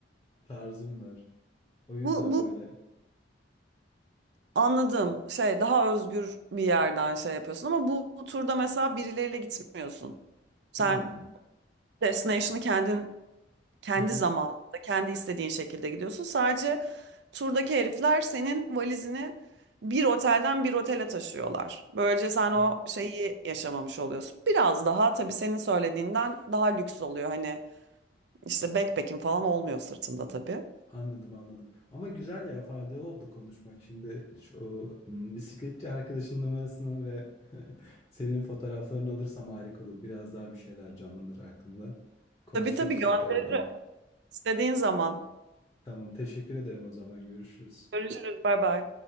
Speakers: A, on the left; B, on the right.
A: tarzım var. O yüzden
B: Bu, bu
A: böyle
B: anladım. Şey daha özgür bir yerden şey yapıyorsun ama bu, bu turda mesela birileriyle gitmiyorsun. Sen
A: hımm,
B: destination'ı kendin kendi
A: hı hı,
B: zamanında kendi istediğin şekilde gidiyorsun. Sadece turdaki herifler senin valizini bir otelden bir otele taşıyorlar. Böylece sen
A: hımm.
B: o şeyi yaşamamış oluyorsun. Biraz daha tabii senin söylediğinden daha lüks oluyor. Hani İşte backpack'im falan olmuyor sırtımda tabii.
A: Anladım, anladım. Ama güzel ya, faydalı oldu konuşmak. Şimdi şu, ımm, bisikletçi arkadaşının numarasını ve <laughs> senin fotoğraflarını alırsam harika olur. Biraz daha bir şeyler canlanır aklımda. Konuşuruz
B: Tabii tabii gönderirim.
A: tekrardan.
B: İstediğin zaman.
A: Tamam, teşekkür ederim o zaman. Görüşürüz.
B: Görüşürüz. Bay bay.